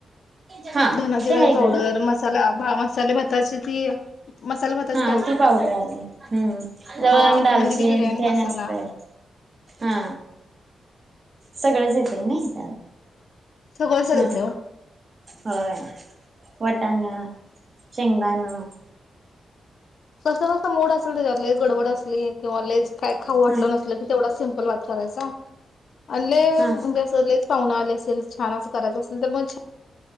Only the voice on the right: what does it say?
हा
ते आहे
खरं
हा ती पावडर आली हम्म लवंग
दालचीन
ते आणि
असतय हा सगळंच येतय नय त्यात
हा
होय वटाणा शेंगदाणा <inaudible>
हा
हा